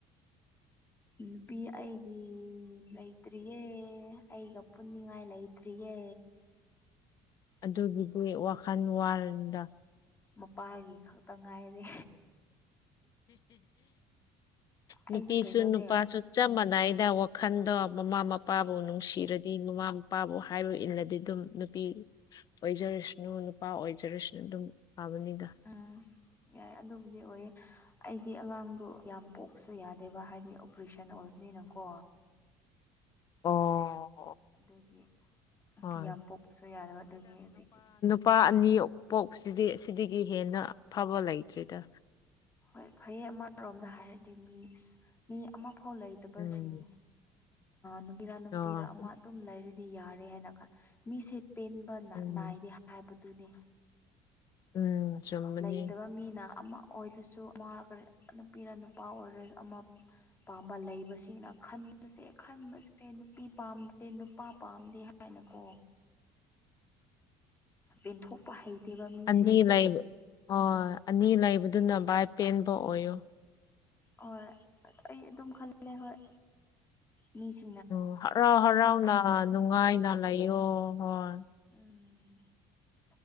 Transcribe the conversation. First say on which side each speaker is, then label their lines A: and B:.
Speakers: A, on the left; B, on the left.
A: ꯅꯨꯄꯤ ꯑꯩꯒꯤ ꯑꯩ ꯂꯩꯇ꯭ꯔꯤꯌꯦ ꯑꯩꯒ ꯄꯨꯟꯅꯤꯡꯉꯥꯏ ꯂꯩꯇ꯭ꯔꯤꯌꯦ
B: ꯑꯗꯨꯒꯤꯗꯤ ꯋꯥꯈꯜ ꯋꯥꯔꯅꯤꯗ
A: ꯃꯄꯥꯒꯤ ꯈꯛꯇ ꯉꯥꯏꯔꯦ
B: ꯅꯨꯄꯤꯁꯨ
A: ꯑꯩꯗꯤ ꯀꯩꯅꯣꯅꯦ
B: ꯅꯨꯄꯥꯁꯨ ꯆꯞ ꯃꯥꯟꯅꯩꯗ ꯋꯥꯈꯜꯗꯣ ꯃꯃꯥ ꯃꯄꯥꯕꯨ ꯅꯨꯡꯁꯤꯔꯗꯤ ꯃꯃꯥ ꯃꯄꯥꯕꯨ ꯍꯥꯏꯕ ꯏꯜꯂꯗꯤ ꯑꯗꯨꯝ ꯅꯨꯄꯤ ꯑꯣꯏꯖꯔꯁꯅꯨ ꯅꯨꯄꯥ ꯑꯣꯏꯖꯔꯨꯁꯅꯨ ꯑꯗꯨꯝ ꯄꯥꯕꯅꯤꯗ
A: ꯎꯝ ꯌꯥꯏ ꯑꯗꯨꯕꯨꯗꯤ ꯑꯣꯏ ꯑꯩꯗꯤ ꯑꯉꯥꯡꯗ ꯌꯥꯝ ꯄꯣꯛꯁꯨ ꯌꯥꯗꯦꯕ ꯍꯥꯏꯗꯤ ꯑꯣꯄꯔꯦꯁꯟ ꯑꯣꯏꯕꯅꯤꯅꯀꯣ
B: ꯑꯣ
A: ꯑꯗꯨꯒꯤ
B: ꯍꯣꯏ
A: ꯌꯥꯝ ꯄꯣꯛꯄꯁꯨ ꯌꯥꯗꯕ ꯑꯗꯨꯒꯤ ꯍꯧꯖꯤꯛꯇꯤ
B: ꯂꯨꯄꯥ ꯑꯅꯤ ꯑ ꯄꯣꯛꯁꯤꯗꯤ ꯁꯤꯗꯒꯤ ꯍꯦꯟꯅ ꯐꯕ ꯂꯩꯇ꯭ꯔꯤꯗ
A: ꯍꯣꯏ ꯐꯩꯌꯦ ꯑꯃꯔꯣꯝꯗ ꯍꯥꯏꯔꯗꯤ ꯃꯤ ꯃꯤ ꯑꯃꯐꯥꯎ ꯂꯩꯇꯕꯁꯤꯡ
B: ꯎꯝ
A: ꯅꯨꯄꯤꯔ ꯅꯨꯄꯤꯔ
B: ꯑ
A: ꯑꯃ ꯑꯗꯨꯝ ꯂꯩꯔꯗꯤ ꯌꯥꯔꯦ ꯍꯥꯏꯅ ꯀ ꯃꯤꯁꯦ ꯄꯦꯟꯕ
B: ꯎꯝ
A: ꯅꯥꯏꯔꯦ ꯍꯥꯏꯕꯗꯨꯅꯤ
B: ꯎꯝ ꯆꯨꯝꯕꯅꯤ
A: ꯂꯩꯇꯕ ꯃꯤꯅ ꯑꯃ ꯑꯣꯏꯔꯁꯨ ꯑꯃ ꯑꯣꯏ ꯅꯨꯄꯤꯅ ꯅꯨꯄꯥ ꯑꯣꯏꯔꯣꯏ ꯑꯃ ꯑꯄꯥꯝꯕ ꯂꯩꯕꯁꯤꯡꯅ ꯈꯟꯕꯁꯦ ꯈꯟꯕꯁꯦ ꯅꯨꯄꯤ ꯄꯥꯝꯗꯦ ꯅꯨꯄꯥ ꯄꯥꯝꯗꯦ ꯍꯥꯏ ꯀꯃꯥꯏꯅꯀꯣ ꯄꯦꯟꯊꯣꯛꯄ ꯍꯩꯇꯦꯕ ꯃꯤꯁꯦ
B: ꯑꯅꯤ ꯂꯩꯕ ꯍ ꯑꯅꯤ ꯂꯩꯕꯗꯨꯅ ꯚꯥꯏ ꯄꯦꯟꯕ ꯑꯣꯏꯌꯣ
A: ꯍꯣꯏ ꯑꯩ ꯑꯗꯨꯝ ꯈꯜꯂꯂꯦ ꯍꯣꯏ ꯃꯤꯁ
B: ꯎ ꯍꯔꯥꯎ ꯍꯔꯥꯎꯅ ꯅꯨꯡꯉꯥꯏꯅ ꯂꯩꯌꯣ ꯍꯣꯏ
A: ꯎ